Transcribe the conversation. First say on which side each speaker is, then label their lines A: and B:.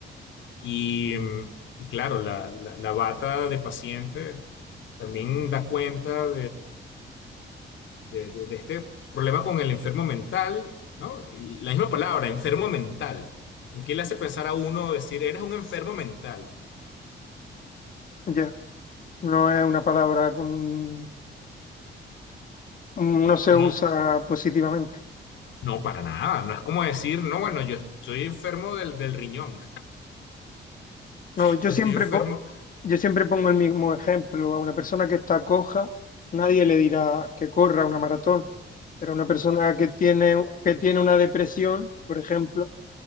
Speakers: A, on the left; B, on the left.
A: Y, mm, y claro, la, la, la bata de paciente también da cuenta de, de- de este problema con el enfermo mental, ¿no? Y La misma palabra, enfermo mental. ¿En qué le hace pensar a uno decir, eres un enfermo mental?
B: ya. No es una palabra con... un- No se
A: No,
B: usa positivamente.
A: no, para nada. No es como decir, no, bueno, yo estoy enfermo del, del riñón, <laughs>
B: No, yo
A: o
B: siempre,
A: estoy enfermo.
B: po- yo siempre pongo el mismo ejemplo. A una persona que está coja, nadie le dirá que corra una maratón, pero a una persona que tiene, que tiene una depresión, por ejemplo,